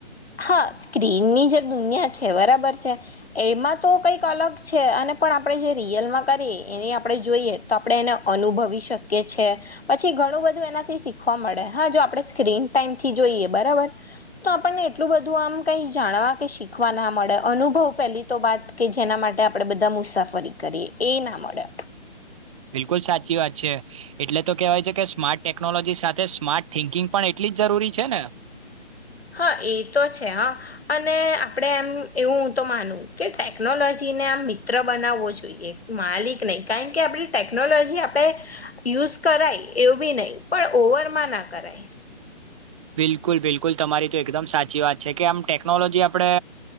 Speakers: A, on the left; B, on the right.
A: હા સ્ક્રીનની જે દુનિયા છે બરાબર છે એમાં તો કંઈક અલગ છે અને પણ આપણે જે રિયલમાં કરીએ એની આપણે જોઈએ તો આપણે એને અનુભવી શકીએ છી પછી ઘણું બધું એનાથી શીખવા મળે હા જો આપણે સ્ક્રીન ટાઈમથી જોઈએ બરાબર તો આપણને એટલું બધું આમ કઈ જાણવા કે શીખવા ના મળે. અનુભવ પેલી તો વાત કે જેના માટે આપણે બધા મુસાફરી કરીએ. એ ના મળે
B: બિલકુલ સાચી વાત છે. એટલે તો કેહેવાય છે કે સ્માર્ટ ટેકનોલોજી સાથે સ્માર્ટ થિંકિંગ પણ એટલી જ જરૂરી છે ને.
A: હા એ તો છે હા અને આપણે એમ એવું તો માનું કે ટેકનોલોજીને આમ મિત્ર બનાવવો જોઈએ માલિક નહી કારણ કે આપડી ટેકનોલોજી આપણે યુઝ કરાય એવું બી નહી પણ ઓવરમાં ના કરાય.
B: બિલકુલ બિલકુલ તમારી તો એકદમ સાચી વાત છે કે આમ ટેકનોલોજી આપડે